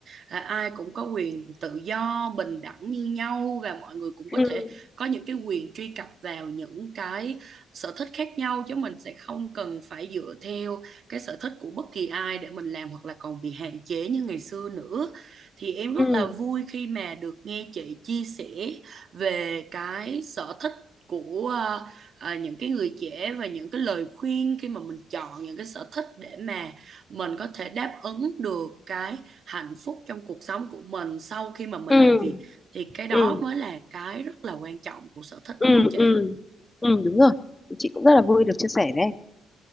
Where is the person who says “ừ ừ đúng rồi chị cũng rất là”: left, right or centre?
Left